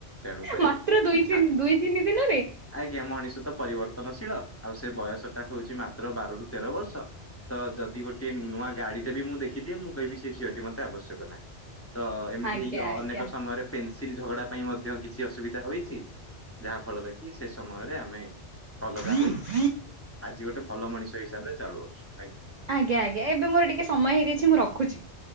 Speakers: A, on the left (about 20°); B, on the right (about 55°).
A: ତେଣୁକରି
B: ମାତ୍ର ଦୁଇ
A: ସେ ଛା
B: ତିନି ଦୁଇ ତିନି ଦିନରେ
A: ଆଜ୍ଞା ମଣିଷ ତ ପରିବର୍ତ୍ତନଶୀଳ ଆଉ ସେ ବୟସ ଟା ହଉଛି ମାତ୍ର ବାର ର ତେର ବର୍ଷ ତ ଯଦି ଗୋଟେ ନୂଆ ଗାଡିଟା ବି ମୁଁ ଦେଖିଦିଏ ମୁଁ କହିବି ସେ ଝିଅଟି ମତେ ଆବଶ୍ୟକ ନାହିଁ ତ ଏମିତି
B: ଆଜ୍ଞା
A: ହେଇକି ଅନେକ
B: ଆଜ୍ଞା
A: ସମୟରେ ପେନସିଲ ଝଗଡା ପାଇଁ ମଧ୍ୟ କିଛି ଅସୁବିଧା ହୋଇଛି ଯାହା ଫଳରେ କିି ସେ ସମୟରେ ଆମେ ଅଲଗା
B: ହ
A: ହୋଇ
B: ହ
A: ଆଜି ଗୋଟେ ଭଲ ମଣିଷ ହିସାବରେ ଚାଳୁଅଛି ଆଜ୍ଞା
B: ଆଜ୍ଞା ଆଜ୍ଞା ଏବେ ମୋର ଟିକେ ସମୟ ହେଇଯାଇଛି ମୁଁ ରଖୁଛି